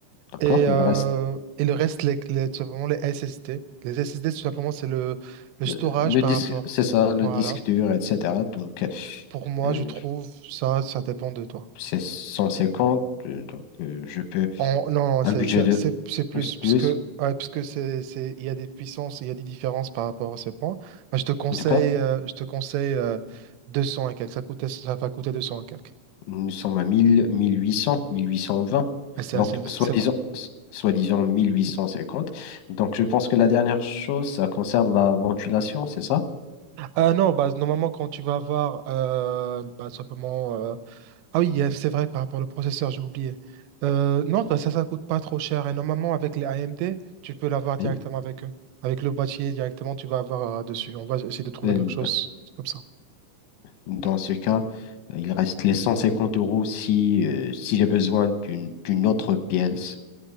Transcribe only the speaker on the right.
Et,
euh,
et le reste, les, les- tout simplement les SSD. Les SSD, tout simplement, c'est le, le storage
par
rapport.
Voilà.
Pour moi,
je trouve ça, ça dépend de toi.
En- non, non,
c'est
ça-
c'est c'est plus,
parce
que, ouais, parce que c'est, c'est, il y a des puissances, il y a des différences par rapport à ce point. Moi, je te conseille,
euh, je te conseille euh, 200 et quelques. Ça coûtait, ça va coûter 200 et quelques.
Et C'est
assez-
c'est bon.
Euh, non, bah, normalement, quand tu vas avoir euh, bah, simplement euh, Ah oui, euh, c'est vrai par rapport au processeur, j'ai oublié. Euh, non, bah, ça, ça coûte pas trop cher. Et normalement, avec les AMD, tu peux l'avoir directement
avec eux. Avec le boîtier, directement, tu vas avoir euh, dessus. On va essayer de trouver
quelque chose comme ça.